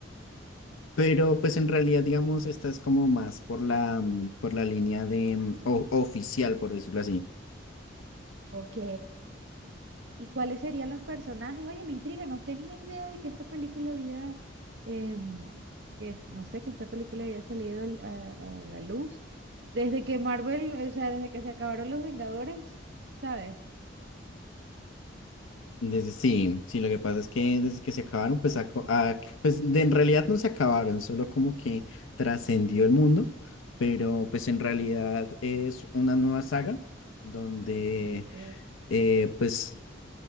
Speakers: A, on the left (about 90°); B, on the right (about 60°).
A: Pero pues en realidad, digamos, esta es como más por la, mm, por la línea de mm, o- oficial, por decirlo así.
B: ok. ¿Y cuáles serían los personajes? Oye, me intriga, no tenía idea de que esta película había, em, que es- no sé, que esta película había salido al- a, a la luz. Desde que Marvel, o sea, desde que se acabaron los Vengadores, ¿sabes?
A: Desde, sí, sí, lo que pasa es que desde que se acabaron, pues, a co- a- pues de- en realidad no se acabaron, solo como que trascendió el mundo, pero pues en realidad es una nueva saga donde
B: Ok,
A: eh, pues